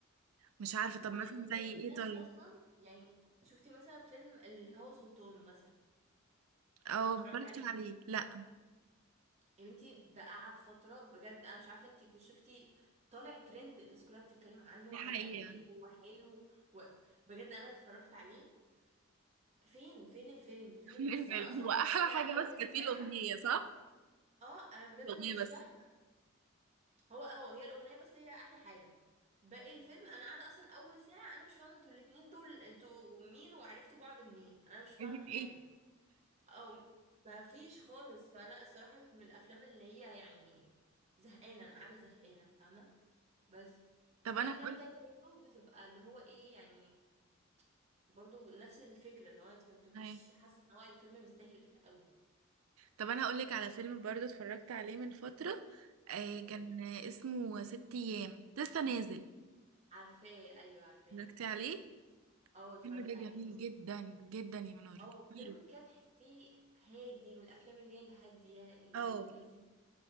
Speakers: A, on the right (about 85°); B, on the right (about 30°).
A: مش عارفه
B: وبتلاقي
A: طب مثلا زي ايه
B: الناس
A: طيب
B: اصلا يعني شفتي مثلا فيلم الهوى سلطان مثلا
A: اه
B: شو اتفرجت
A: ما اتفرجتش
B: عليه
A: عليه لا
B: يا بنتي ده قعد فترة بجد أنا مش عارفة انتي كنت شفتي طالع ترند الناس كلها بتتكلم عنه
A: دي
B: وعن
A: حقيقة
B: قد ايه
A: <laughs>
B: هو حلو وبجد أنا اتفرجت عليه فين فين الفيلم فين
A: خلي
B: القصة
A: بالك
B: أنا أصلا
A: هو أحلى
B: قاعدة
A: حاجة
B: أول
A: بس كانت فيه
B: ساعة
A: الأغنية صح؟
B: اه أنا بجد
A: الأغنية
B: مش
A: بس
B: فاهمة هو اه هي الأغنية بس هي أحلى حاجة باقي الفيلم أنا قاعدة أصلا أول ساعة أنا مش فاهمة انتوا الاتنين دول انتوا مين وعرفتوا بعض منين أنا مش فاهمة
A: عايزين ايه
B: حاجة أو ما فيش خالص فلا الصراحة كانت من الأفلام اللي هي يعني زهقانة أنا قاعدة زهقانة فاهمة بس
A: طب
B: في
A: انا
B: افلام
A: هقول
B: تانية برضه بتبقى اللي هو ايه يعني برضه نفس الفكرة اللي هو انت ما بتبقيش
A: لك
B: حاسة ان هو الفيلم مستاهل قوي
A: طب انا هقول لك على فيلم برضو اتفرجت عليه من فترة آه كان
B: قوليلي
A: اسمه ست ايام لسه نازل
B: عارفاه ايوه عارفاه
A: اتفرجتي عليه
B: اه اتفرجت
A: الفيلم ده جميل
B: عليه برضه
A: جدا جدا يا منور
B: او
A: جميل
B: فيلم كده تحسيه هادي من الافلام اللي هي الهادية اللذيذة
A: اه